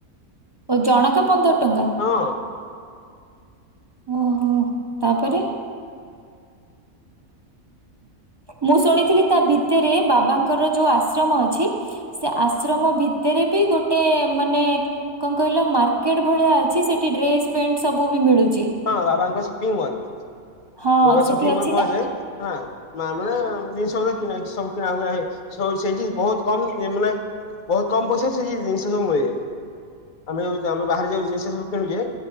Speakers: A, on the right; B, on the left.
A: ଓ ଜଣକା ପନ୍ଦର ଟଙ୍କା।
B: ହଁ।
A: ଓହୋ ତାପରେ। ମୁଁ ଶୁଣିଥିଲି ତା ଭିତରେ ବାବାଙ୍କର ଯୋଉ ଆଶ୍ରମ ଅଛି। ସେ ଆଶ୍ରମ ଭିତରେ ବି ଗୋଟେ ମାନେ। କଁ କହିଲ ମାର୍କେଟ ଭଳିଆ ଅଛି ସେଠି ଡ୍ରେସ ପେଣ୍ଟ ସବୁ ବି ମିଳୁଛି।
B: ହଁ ବାବାଙ୍କ ସପିଂ ମଲ
A: ହଁ
B: ଯୋଉ ଟା
A: ସେଠି
B: ସପିଂ
A: ଅଛି
B: ମଲ
A: ନା?
B: କୁହାଯାଏ। ହଁ ମା ମାନେ ଜିନିଷ ଗୁରା କିଣା ହେଇଚି ସବୁ କିଣାକୁଣା ହେ। ସବୁ ସେଇଠି ବହୁତ କମ୍ ମାନେ ବହୁତ କମ୍ ପଇସା ସେ ଜିନିଷ ସବୁ ମିଳେ। ଆମେ ଯୋଉ ଆମେ ବାହାରେ ଯୋଉ ଜିନିଷ ସବୁ କିଣୁଛେ।